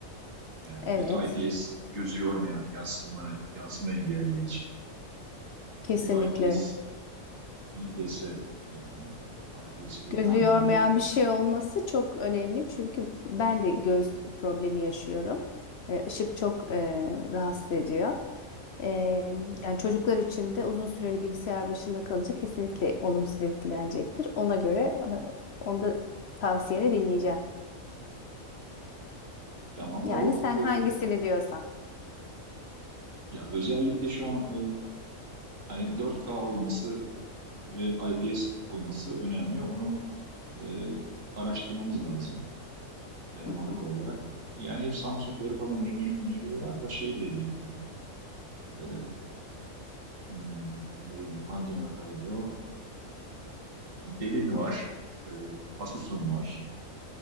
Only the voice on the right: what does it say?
Yani
bir de IPS gözü yormayan yansıma yansıma engelleyici
bir IPS IPS yani IPS ekranda
bir
tamam
o
o
ya özellikle şu an e, hani 4K olması ve IPS olması önemli. Onu e, araştırmamız lazım e,
marka
olarak. Yani hep Samsung'ları falan önü- öneriyorlar da şey de iyi tabii. E, hmm, ne bileyim, hangi markaydı o? E, Delin var. e, Asus'un var.